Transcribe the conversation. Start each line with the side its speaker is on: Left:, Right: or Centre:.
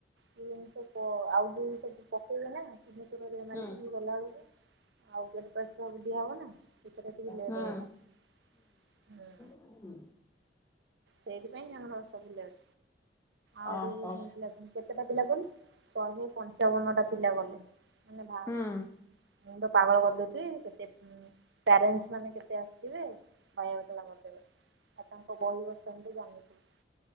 Right: ସିଏ ଆଉଟ ସବୁ ପକେଇବେ ନା ସିଗ୍ନେଚର ମାରିକି
Left: ହୁଁ।
Right: ଗଲା ବେଳକୁ ଆଉ ଗେଟ୍ ପାସ ସବୁ ଦିଆ ହବ ନା ସେଥିରେ ଟିକେ ଲେଟ
Left: ହୁଁ
Right: ହେଇଗଲା ହଁ।
Left: ହଁ
Right: ସେଇଥି ପାଇଁ ଆମର ସବୁ ଲେଟ ଅହୁରି
Left: ଓହୋ
Right: ସେମିତି ପିଲା ଅଛନ୍ତି। କେତେଟା ପିଲା କହିଲୁ ଶହେ ପଞ୍ଚାବନଟା ପିଲା ଗଲେ। ଏ ଭାଇ
Left: ହୁଁ
Right: ମୁଣ୍ଡ ପାଗଳ କରିଦଉଥିବେ କେତେ ପ୍ୟାରେଣ୍ଟସ୍ ମାନେ କେତେ ଆସୁଥିବେ ଖାଇଯାଉଥିବେ ମତେ। ଆଉ ତାଙ୍କ ବହି ବସ୍ତାନୀ ତ ଜାଣିଥିବୁ।